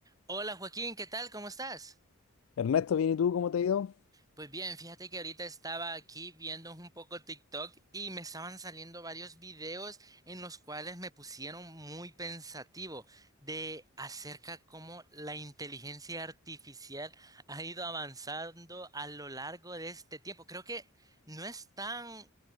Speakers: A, on the right (about 15°); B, on the left (about 75°).
A: Hola Joaquín, ¿qué tal? ¿Cómo estás?
B: Ernesto, bien, ¿y tú cómo te ha ido?
A: Pues bien, fíjate que ahorita estaba aquí viendo un poco TikTok y me estaban saliendo varios videos en los cuales me pusieron muy pensativo de acerca cómo la inteligencia artificial <laughs> ha ido avanzando a lo largo de este tiempo. Creo que no es tan